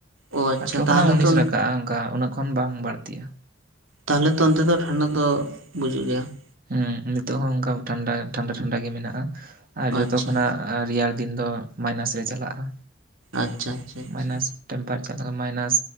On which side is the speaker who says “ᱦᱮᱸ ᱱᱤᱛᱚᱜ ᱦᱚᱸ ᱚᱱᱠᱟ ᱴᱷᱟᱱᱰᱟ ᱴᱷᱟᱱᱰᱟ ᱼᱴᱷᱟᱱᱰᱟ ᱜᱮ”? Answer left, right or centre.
Right